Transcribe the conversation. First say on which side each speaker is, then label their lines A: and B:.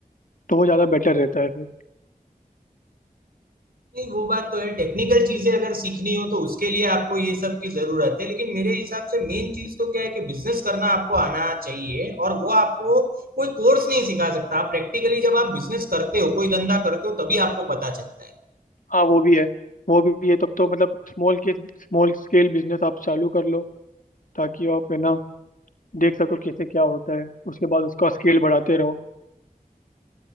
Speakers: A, on the left; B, on the right.
A: तो वो ज़्यादा बेटर रहता है फिर
B: नहीं वो बात तो है टेक्निकल चीजें अगर सीखनी हो तो उसके लिए आपको ये सब की जरूरत है लेकिन मेरे हिसाब से मेन चीज तो क्या है कि बिजनेस करना आपको आना चाहिए और वो आपको कोई कोर्स नहीं सिखा सकता आप प्रैक्टिकली जब आप बिजनेस करते हो कोई धंधा करते हो तभी आपको पता चलता है
A: हाँ वो भी है वो भी है तब तो मतलब स्मॉल के स्मॉल स्केल बिजनेस आप चालू कर लो ताकि आप है ना देख सको कैसे क्या होता है उसके बाद उसका स्केल बढ़ाते रहो